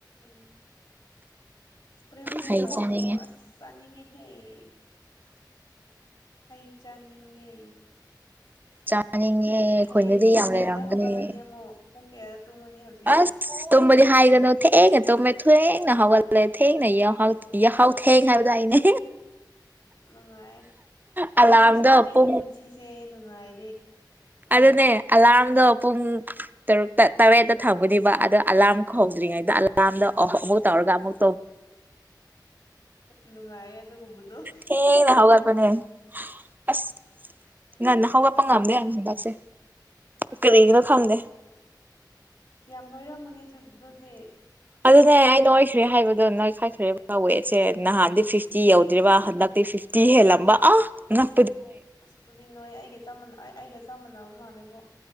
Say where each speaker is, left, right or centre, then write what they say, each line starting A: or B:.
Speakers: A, on the left; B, on the right.
A: <unintelligible> ꯄ꯭ꯔꯦꯝ ꯄ꯭ꯔꯦꯝ
B: ꯍꯩ
A: ꯂꯧꯔꯒꯀꯣ
B: ꯆꯥꯅꯤꯡꯉꯦ
A: ꯑꯁ ꯆꯥꯅꯤꯡꯉꯦ꯫ ꯍꯩ꯫ ꯍꯩ ꯆꯥꯅꯤꯡꯉꯦ꯫
B: ꯆꯥꯅꯤꯡꯉꯦ ꯑꯩꯈꯣꯏꯅꯗꯤ
A: ꯍꯌꯦꯡꯗꯤ ꯄꯨꯡ
B: ꯌꯥꯝ
A: ꯀꯌꯥꯗ
B: ꯂꯩꯔꯝꯒꯅꯤ
A: ꯍꯧꯒꯠꯂꯅꯤ ꯑꯃꯨꯛ꯫ ꯄꯨꯡ ꯀꯌꯥ ꯇꯨꯝꯃꯅꯤ ꯍꯧꯖꯤꯛ꯫
B: ꯑꯁ ꯇꯨꯝꯕꯗꯤ ꯍꯥꯏꯒꯅꯨ ꯊꯦꯡꯅ ꯇꯨꯝꯃꯦ ꯊꯦꯡꯅ ꯍꯥꯎꯒꯠꯂꯦ ꯊꯦꯡꯅ ꯌꯥꯍꯥꯎ ꯊꯦꯡ ꯍꯥꯏꯕꯗꯣ ꯑꯩꯅꯦ꯫
A: ꯅꯨꯡꯉꯥꯏ
B: ꯑꯂꯥꯔꯝꯗꯣ
A: ꯂꯩꯁꯥꯕꯤꯒꯤ
B: ꯄꯨꯡ
A: ꯄꯨꯟꯁꯤꯁꯦ ꯅꯨꯡꯉꯥꯏ
B: ꯑꯗꯨꯅꯦ ꯑꯂꯥꯔꯝꯗꯣ꯫ ꯄꯨꯡ ꯇꯔꯨꯛꯇ ꯇꯔꯦꯠꯇ ꯊꯝꯒꯅꯤꯕ ꯑꯗꯣ ꯑꯂꯥꯔꯝ ꯍꯧꯗ꯭ꯔꯤꯉꯩꯗ ꯑꯂꯥꯔꯝꯗ ꯑꯃꯨꯛ ꯇꯧꯔꯒ ꯑꯃꯨꯛ
A: ꯅꯨꯡꯉꯥꯏꯌꯦ ꯑꯗꯨꯒꯨꯝꯕꯗꯣ
B: ꯊꯦꯡ ꯅꯍꯒ ꯃꯅꯦ ꯑꯁ ꯉꯥꯟꯅ ꯍꯒ ꯄꯉꯥꯝꯗ ꯌꯥꯝ ꯍꯟꯗꯥꯛꯁꯦ ꯀꯔꯤꯒꯤꯅꯣ ꯈꯪꯗꯦ
A: ꯌꯥꯝ ꯂꯣꯏꯔꯝꯃꯨꯅꯤ ꯑꯗꯨꯗꯤ
B: ꯑꯗꯨꯅꯦ ꯑꯩ ꯅꯣꯏꯈ꯭ꯔꯦ ꯍꯥꯏꯕꯗꯣ ꯅꯣꯏꯈꯥꯏꯈ꯭ꯔꯦꯕ ꯋꯦꯠꯁꯦ ꯅꯍꯥꯟꯗꯤ ꯐꯤꯐꯇꯤ ꯌꯧꯗ꯭ꯔꯤꯕ ꯍꯟꯗꯛꯇꯤ ꯐꯤꯐꯇꯤ ꯍꯦꯜꯂꯝꯕ ꯑꯥ ꯅꯪ
A: ꯑꯁ ꯑꯗꯨꯗꯤ ꯅꯣꯏ ꯑꯩꯒ ꯆꯞ ꯃꯅ ꯑꯩ ꯑꯩꯒ ꯆꯞ ꯃꯥꯟꯅꯕ ꯃꯥꯜꯂꯦꯕꯣ